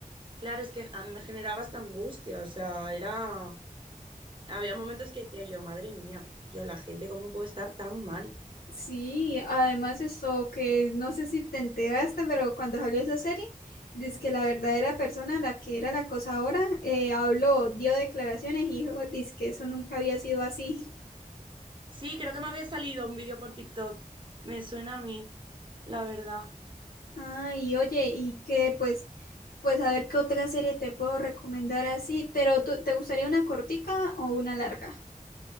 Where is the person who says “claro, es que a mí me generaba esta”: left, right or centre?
Right